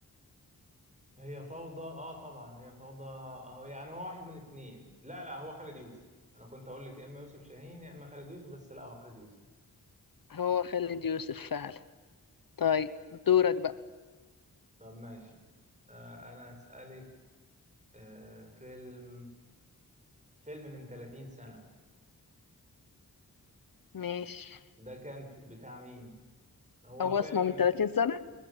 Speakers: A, on the right (about 20°); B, on the left (about 65°).
A: هي فوضى اه طبعا هي فوضى اهو يعني هو واحد من اتنين لا لا هو خالد يوسف انا كنت اقول لك يا اما يوسف شاهين يا اما خالد يوسف بس لا هو خالد يوسف
B: هو خالد يوسف فعلا طيب دورك بقى
A: طب ماشي آه انا اسالك آه فيلم فيلم من 30 سنة
B: ماشي
A: ده كان في- بتاع مين هو
B: هو
A: فيلم
B: اسمه من 30 سنة